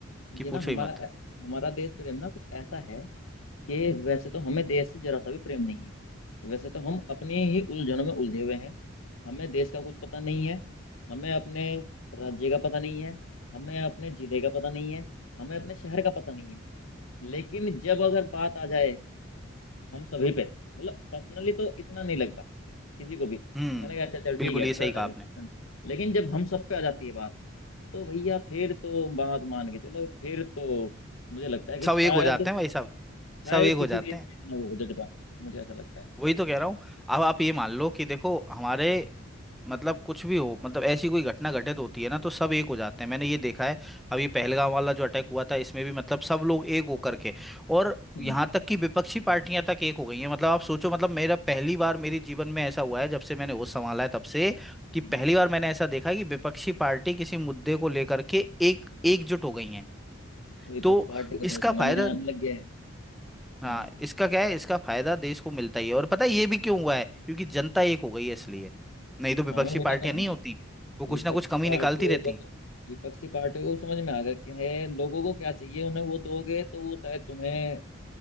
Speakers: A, on the left; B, in the centre.
A: ये
B: कि पूछो
A: ना हमारा
B: ही मत
A: हमारा देश प्रेम ना कुछ ऐसा है कि वैसे तो हमें देश से जरा सा भी प्रेम नहीं है वैसे तो हम अपने ही उलझनों में उलझे हुए हैं हमें देश का कुछ पता नहीं है हमें अपने राज्य का पता नहीं है हमें अपने जिले का पता नहीं है हमें अपने शहर का पता नहीं है लेकिन जब अगर बात आ जाए हम सभी पे मतलब पर्सनली तो इतना नहीं लगता किसी को भी कहने
B: हम्म
A: लगा अच्छा चल ठीक
B: बिल्कुल
A: है
B: ये सही
A: करने
B: कहा आपने
A: दे करने दे। लेकिन जब हम सब पे आ जाती है बात तो भैया फिर तो बात मान के चलो फिर तो मुझे लगता है कि
B: सब
A: शायद
B: एक हो जाते हैं भाई साहब
A: शायद
B: सब एक हो
A: किसी
B: जाते
A: देश
B: हैं
A: में इतना वो हो जज्बा मुझे ऐसा लगता है
B: वही तो कह रहा हूँ अब आप ये मान लो कि देखो हमारे मतलब कुछ भी हो मतलब ऐसी कोई घटना घटित होती है ना तो सब एक हो जाते हैं मैंने ये देखा है अब ये पहलगाम वाला जो अटैक हुआ था इसमें भी मतलब सब लोग एक होकर के और
A: हम्म
B: यहाँ तक कि विपक्षी पार्टियां तक एक हो गई हैं मतलब आप सोचो मतलब मेरा पहली बार मेरे जीवन में ऐसा हुआ है जब से मैंने होश संभाला है तब से कि
A: हम्म।
B: पहली बार मैंने ऐसा देखा है कि विपक्षी पार्टी किसी मुद्दे को लेकर के एक एकजुट हो गई हैं
A: विपक्ष
B: तो
A: पार्टी को
B: इसका
A: तो समझने
B: फायदा
A: आने लग गया है
B: हाँ
A: हम्म
B: इसका क्या है इसका फायदा देश को मिलता ही है और पता है ये भी क्यों हुआ है क्योंकि जनता एक हो गई है इसलिए नहीं तो विपक्षी
A: हाँ मैं बता
B: पार्टियां
A: तो रहा हूँ
B: नहीं होती वो कुछ
A: विपक्षी
B: ना कुछ कमी
A: पार्टियों
B: निकालती रहती
A: को तो विपक्षी पार्टियों को समझ में आ गया कि है लोगों को क्या चाहिए उन्हें वो दोगे तो वो शायद तुम्हें